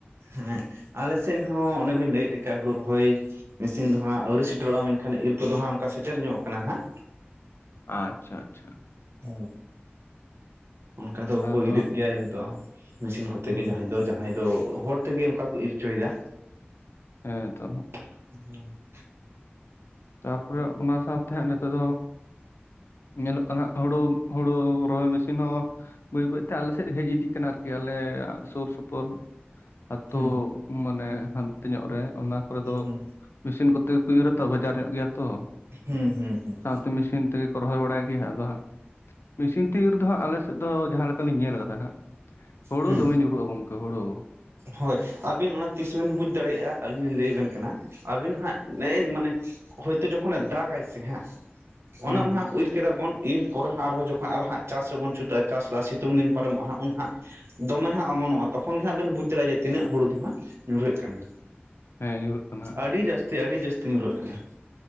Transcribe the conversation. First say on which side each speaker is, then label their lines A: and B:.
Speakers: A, on the right (about 85°); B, on the left (about 75°).
A: ᱦᱮᱸ ᱟᱞᱮ ᱥᱮᱫ ᱦᱚᱸ ᱚᱱᱮ ᱵᱤᱱ ᱞᱟᱹᱭᱮᱫ ᱞᱮᱠᱟ ᱦᱩᱲᱩ ᱨᱚᱦᱚᱭ ᱢᱮᱥᱤᱱ ᱫᱚ ᱦᱟᱸᱜ ᱟᱹᱣᱨᱤ ᱥᱮᱴᱮᱨᱚᱜᱼᱟ ᱢᱮᱱᱠᱷᱟᱱ ᱤᱨ ᱠᱚ ᱫᱚ ᱦᱟᱸᱜ ᱚᱱᱠᱟ ᱥᱮᱴᱮᱨ ᱧᱚᱜ ᱠᱟᱱᱟ ᱦᱟᱸᱜ
B: ᱟᱪᱪᱷᱟ ᱟᱪᱪᱷᱟ
A: ᱦᱮᱸ ᱚᱱᱠᱟ ᱫᱚ
B: ᱟᱫᱚ
A: ᱦᱳᱭ ᱤᱨᱮᱫ ᱜᱮᱭᱟ ᱤᱨ ᱫᱚ ᱢᱮᱥᱤᱱ ᱠᱚᱛᱮ
B: ᱦᱟᱸᱜ
A: ᱜᱮ ᱡᱟᱦᱟᱸᱭ ᱫᱚ ᱡᱟᱦᱟᱸᱭ ᱫᱚ ᱦᱚᱲ ᱛᱮ ᱜᱮ ᱚᱱᱠᱟ ᱠᱚ ᱤᱨ ᱚᱪᱚᱭᱮᱫᱟ
B: ᱦᱮᱸ ᱛᱚ
A: <inaudible>
B: ᱛᱟᱨᱯᱚᱨᱮ ᱚᱱᱟ ᱥᱟᱶᱛᱮ ᱦᱟᱸᱜ ᱱᱤᱛᱚᱜ ᱫᱚ ᱧᱮᱞᱚᱜ ᱠᱟᱱᱟ ᱦᱟᱸᱜ ᱦᱩᱲᱩ ᱦᱩᱲᱩ ᱨᱚᱦᱚᱭ ᱢᱮᱥᱤᱱ ᱦᱚᱸ ᱵᱟᱹᱭ ᱵᱟᱹᱭ ᱛᱮ ᱟᱞᱮ ᱥᱮᱫ ᱦᱮᱡ ᱤᱫᱤᱜ ᱠᱟᱱᱟ ᱟᱨᱠᱤ ᱟᱞᱮᱭᱟᱜ ᱥᱩᱨ ᱥᱩᱯᱩᱨ ᱟᱛᱳ
A: ᱦᱩᱸ
B: ᱢᱟᱱᱮ ᱦᱟᱱᱛᱮ ᱧᱚᱜ ᱨᱮ ᱚᱱᱟ ᱠᱚᱨᱮ ᱫᱚ
A: ᱦᱩᱸ
B: ᱢᱮᱥᱤᱱ ᱠᱚᱛᱮ ᱜᱮ ᱩᱭᱦᱟᱹᱨᱟᱛᱚ ᱵᱟᱡᱟᱨ ᱧᱚᱜ ᱜᱮᱭᱟ ᱛᱚ
A: ᱦᱮᱸ ᱦᱮᱸ ᱦᱮᱸ
B: ᱥᱟᱶᱛᱮ ᱢᱮᱥᱤᱱ ᱛᱮᱜᱮ ᱠᱚ ᱨᱚᱦᱚᱭ ᱵᱟᱲᱟᱭ ᱜᱮ ᱟᱫᱚ ᱦᱟᱸᱜ ᱢᱮᱥᱤᱱ ᱛᱮ ᱫᱚ ᱦᱟᱸᱜ ᱟᱞᱮᱥᱮᱫ ᱫᱚ ᱡᱟᱦᱟᱸ ᱞᱮᱠᱟ ᱞᱤᱧ ᱧᱮᱞ ᱟᱠᱟᱫᱟ ᱦᱟᱸᱜ ᱦᱩᱲᱩ
A: ᱦᱩᱸ
B: ᱫᱚᱢᱮ ᱧᱩᱨᱩᱜᱼᱟ ᱜᱚᱝᱠᱮ ᱦᱩᱲᱩ
A: ᱦᱳᱭ ᱟᱹᱵᱤᱱ ᱚᱱᱟ ᱛᱤᱥ ᱵᱤᱱ ᱵᱩᱡᱽ ᱫᱟᱲᱮᱭᱟᱜᱼᱟ ᱟᱹᱞᱤᱧ ᱞᱤᱧ ᱞᱟᱹᱭ ᱟᱵᱮᱱ ᱠᱟᱱᱟ ᱟᱵᱤᱱ ᱦᱟᱸᱜ ᱢᱟᱱᱮ ᱦᱳᱭᱛᱳ ᱡᱚᱠᱷᱚᱱ ᱮ ᱫᱟᱜ ᱟᱭ ᱥᱮ ᱦᱟᱸᱜ ᱚᱱᱟ
B: ᱦᱩᱸ
A: ᱢᱟ
B: ᱦᱩᱸ
A: ᱦᱟᱸ ᱤᱨ ᱠᱮᱫᱟ ᱵᱚᱱ ᱤᱨ ᱯᱚᱨᱮ ᱦᱟᱸᱜ ᱟᱨᱦᱚᱸ ᱡᱚᱠᱷᱚᱱ ᱟᱨ ᱦᱟᱸᱜ ᱪᱟᱥ ᱨᱮᱵᱚᱱ ᱪᱩᱴᱟᱹᱜᱼᱟ ᱪᱟᱥ ᱞᱟᱦᱟ ᱥᱤᱛᱩᱝ ᱫᱤᱱ ᱯᱟᱨᱚᱢᱚᱜᱼᱟ ᱩᱱ ᱦᱟᱸᱜ ᱦᱟᱸᱜ ᱫᱚᱢᱮ ᱦᱟᱸᱜ ᱚᱢᱚᱱᱚᱜᱼᱟ᱾ ᱛᱚᱠᱷᱚᱱ ᱜᱮ ᱦᱟᱸᱜ ᱵᱮᱱ ᱵᱩᱡᱽ ᱫᱟᱲᱮᱭᱟᱜᱼᱟ ᱡᱮ ᱛᱤᱱᱟᱹᱜ ᱦᱩᱲᱩ ᱫᱚ ᱦᱟᱸᱜ ᱧᱩᱨᱦᱟᱹᱜ ᱠᱟᱱᱟ
B: ᱦᱮᱸ ᱧᱩᱨᱩᱜ ᱠᱟᱱᱟ ᱦᱟᱸᱜ
A: ᱟᱹᱰᱤ ᱡᱟᱹᱥᱛᱤ ᱟᱹᱰᱤ ᱡᱟᱹᱥᱛᱤ ᱧᱩᱨᱦᱟᱹᱜ ᱠᱟᱱᱟ